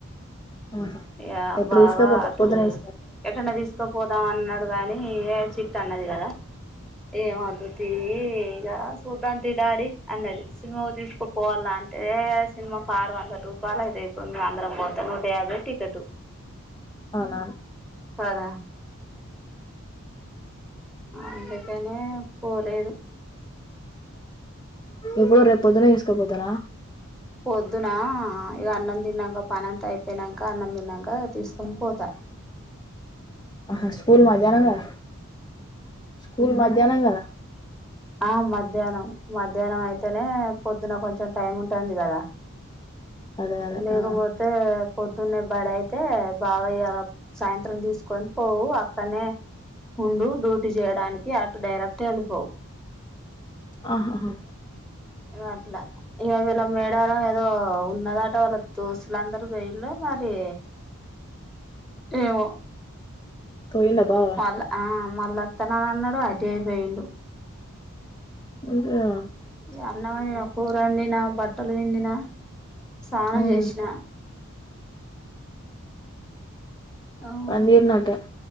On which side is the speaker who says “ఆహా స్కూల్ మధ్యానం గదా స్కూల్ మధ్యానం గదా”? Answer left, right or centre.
Left